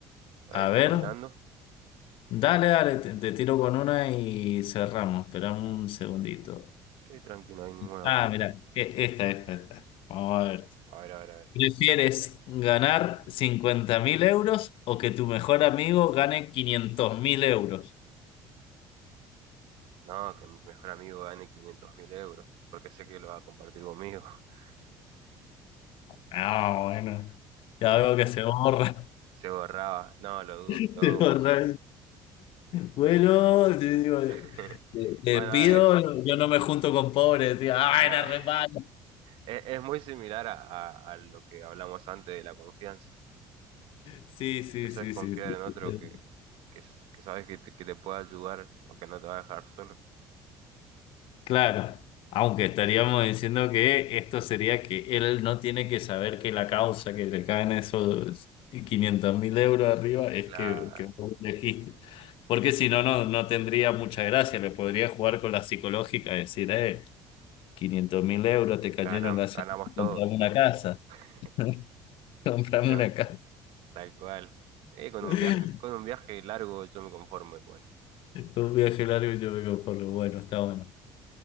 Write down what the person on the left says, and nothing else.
A
ver,
dale, dale, te, te tiro con una y cerramos. Esperamos un segundito.
Ah, mira, esta, esta, esta. Vamos a ver.
¿Prefieres ganar cincuenta mil euros o que tu mejor amigo gane quinientos mil euros?
Ah, bueno,
ya veo que se borra.
<laughs>
Se
borra.
Bueno, yo digo, te
te
pido,
yo no me junto con pobres. Decía, ah,
era re malo.
Sí, sí,
sí,
sí, sí.
sí.
Claro, aunque estaríamos diciendo que esto sería que él no tiene que saber que la causa que le caen esos quinientos mil euros arriba es
que, que vos elegiste. Porque si no, no, no tendría mucha gracia, le podría jugar con la psicológica y decir, eh, quinientos mil euros te cayeron
gracias
a mí,
comprame una casa,
<laughs> comprame
una casa.
<laughs>
Un viaje largo y yo me conformo. Bueno, está bueno.